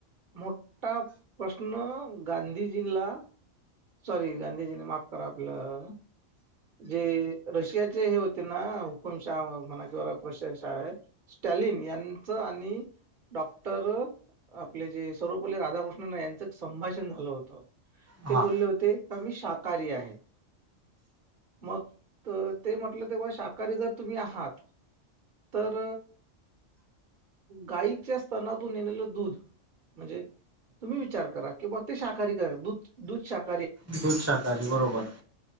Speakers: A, on the right; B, on the right.
A: मोठा प्रश्न गांधीजीला सॉरी गांधीजीने माफ करा आपलं जे रशियाचे हे होते ना हुकुम शा म्हणा कि रशिया शा आहे स्टॅलिन यांचं आणि डॉक्टर आपले जे सर्वपल्ली राधाकृष्णन यांचं संभाषण झालं होतं
B: हा
A: ते बोलले होते का मी शाकाहारी आहे मग ते म्हटलं तेव्हा शाकाहारी जर तुम्ही आहात तर गाईच्या स्तनातून येलेलं दूध म्हणजे तुम्ही विचार करा कि बा ते शाकाहारी दुध शाकाहरी
B: दूध शाकाहारी बरोबर